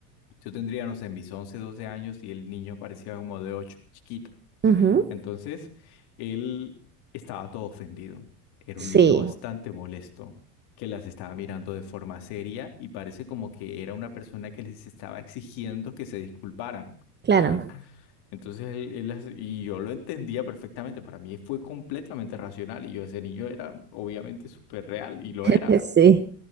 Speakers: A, on the left; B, on the right.
A: Yo tendría, no sé, mis 11 12 años y el niño parecía como de 8 chiquito.
B: ujú,
A: Entonces, él estaba todo ofendido. Era
B: sí,
A: un niño bastante molesto, que las estaba mirando de forma seria y parece como que era una persona que les estaba exigiendo que se disculparan,
B: claro.
A: ¿sabes? Entonces, él, él las- y yo lo entendía perfectamente. Para mí fue completamente racional y yo, ese niño era obviamente súper real y lo
B: <laughs>
A: era.
B: Sí,